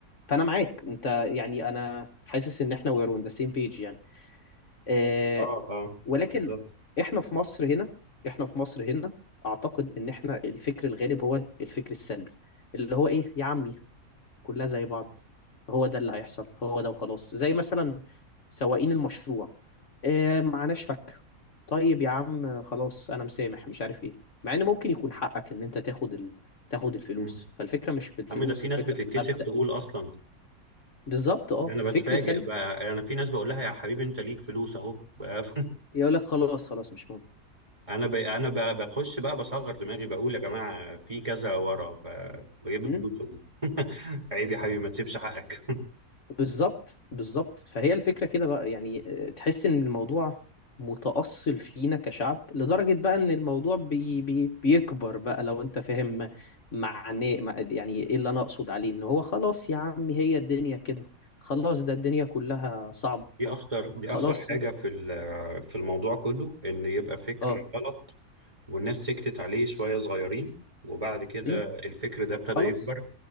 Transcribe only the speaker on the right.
اه اه
بالظبط
مم.
عم ده في ناس
بتتكسف
تقول اصلا
ده انا
بتفاجئ
بقى انا في ناس بقول لها يا حبيبي انت ليك فلوس اهو <laughs>
انا ب... انا ب... بخش بقى بصغر دماغي بقول يا جماعه في كذا ورا ب... بجيب
فلوس أهو. <laughs> عيب يا حبيبي ما تسيبش حقك <laughs>
دي اخطر دي
اخطر حاجه في ال- في الموضوع كله ان يبقى فكر
غلط والناس سكتت عليه شويه صغيرين وبعد كده
الفكر ده ابتدى
يكبر